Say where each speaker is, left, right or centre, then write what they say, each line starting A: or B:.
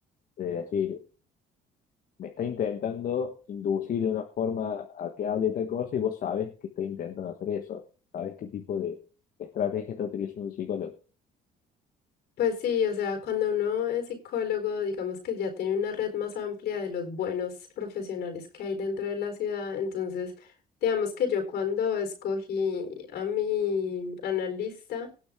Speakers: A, on the left; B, on the left.
A: de decir, me está intentando inducir de una forma a que hable tal cosa y vos sabes que está intentando hacer eso, sabes qué tipo de estrategia está utilizando un psicólogo.
B: Pues sí, o sea, cuando uno es psicólogo, digamos que ya tiene una red más amplia de los buenos profesionales que hay dentro de la ciudad. Entonces, digamos que yo cuando escogí a mi analista,